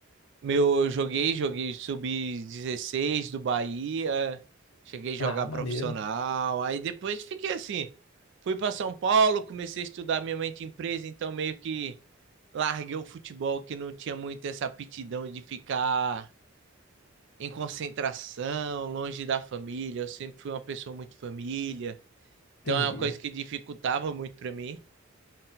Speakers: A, on the right; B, on the left.
A: Meu, eu joguei, joguei sub dezesseis do Bahia, cheguei a jogar
B: Ah, maneiro.
A: profissional, aí depois fiquei assim, fui para São Paulo, comecei a estudar minha mente empresa, então meio que larguei o futebol que não tinha muito essa aptidão de ficar em concentração, longe da família, eu sempre fui uma pessoa muito família, então
B: Entendi.
A: é uma coisa que dificultava muito para mim.